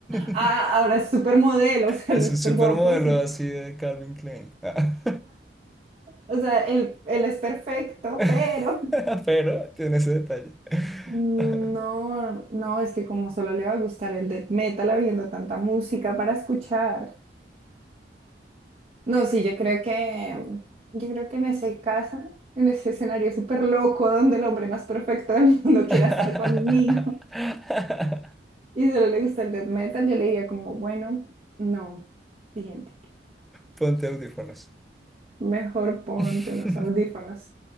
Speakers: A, in the centre; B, on the right.
A: <laughs>
B: Ah, ahora es supermodelo, <laughs> o sea,
A: Es
B: no es
A: un
B: súper
A: supermodelo
B: guapo, sí.
A: así de Calvin Klein. Ah.
B: O sea, él, él es perfecto,
A: <laughs>
B: pero...
A: Pero tiene ese detalle.
B: No,
A: <laughs>
B: no, es que como solo le va a gustar el death metal habiendo tanta música para escuchar. No, sí, yo creo que, yo creo que en ese caso, en ese escenario súper loco donde el hombre más perfecto del mundo <laughs> quiera
A: <laughs>
B: estar conmigo y solo le gusta el death metal, yo le diría como, bueno, no, siguiente.
A: Ponte audífonos.
B: Mejor ponte
A: <laughs>
B: unos audífonos.